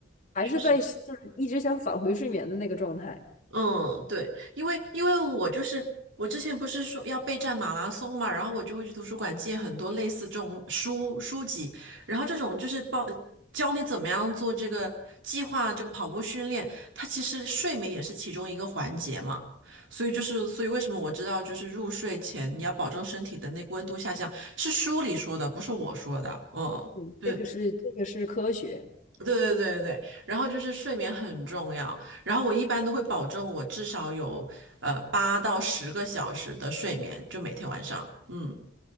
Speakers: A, on the left; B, on the right.
A: 还是在就是一直想返回睡眠的那个状态。
B: 确实。嗯，对，因为因为我就是我之前不是说要备战马拉松嘛，然后我就会去图书馆借很多类似这种书书籍，然后这种就是报教你怎么样做这个计划这个跑步训练，它其实睡眠也是其中一个环节嘛，所以就是所以为什么我知道就是入睡前你要保证身体的那个温度下降，是书里说的，不是我说的，嗯，
A: 嗯，
B: 对，
A: 这个是这个是科学。
B: 对对对对，然后就是睡眠很重要，然后我一般都会保证我至少有呃八到十个小时的睡眠，就每天晚上，嗯。